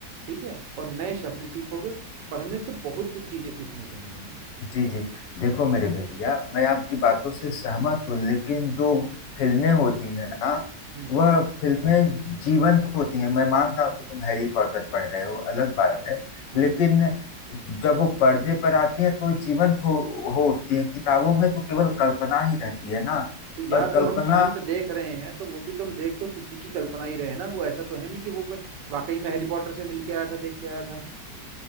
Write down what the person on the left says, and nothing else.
जी जी देखो मेरे भैया मैं आपकी
बातों से सहमत हूँ लेकिन जो फिल्में होती है ना
वह फिल्में जीवंत होती हैं मैं मान रहा हूँ कि तुम हैरी पॉटर पढ़ रहे हो अलग बात है
लेकिन जब वो पर्दे पर आती हैं तो जीवंत हो हो उठती है किताबों में तो केवल कल्पना ही रहती है ना
और
कल्पना